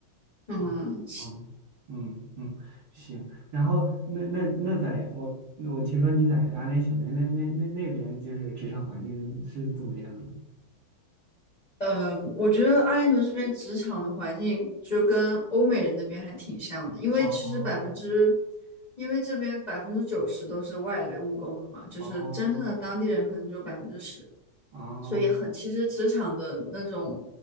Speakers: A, on the left; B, on the right.
A: 嗯，
B: 嗯嗯嗯嗯，行。然后那那那在我我听说你在阿联酋那那那那那边就是职场环境是怎么样的？
A: 呃，我觉得阿联酋这边职场的环境就跟欧美人那边还挺像的，因为其实百分之，
B: 哦
A: 因为这边百分之九十都是外来务工了嘛，就是真正的当地人可能只有百分之十，
B: 哦哦
A: 所以很，其实职场的那种，